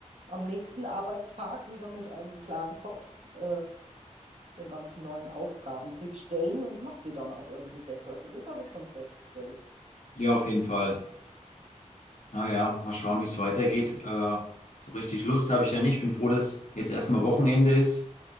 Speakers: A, on the right; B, on the left.
A: am nächsten Arbeitstag wieder mit einem klaren Kopf äh, den ganzen neuen Aufgaben sich stellen und macht die dann auch irgendwie besser. Also das habe ich schon festgestellt.
B: Ja, auf jeden Fall. Naja, mal schauen, wie es weitergeht. Äh, so richtig Lust habe ich ja nicht. Bin froh, dass jetzt erstmal Wochenende ist